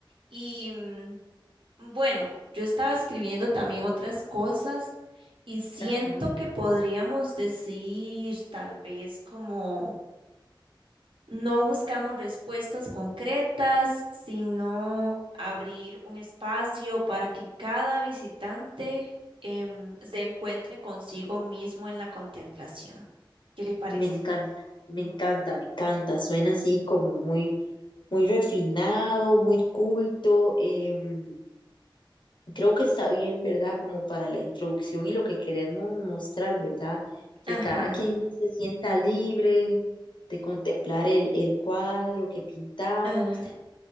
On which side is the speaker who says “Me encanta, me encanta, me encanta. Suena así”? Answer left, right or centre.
Left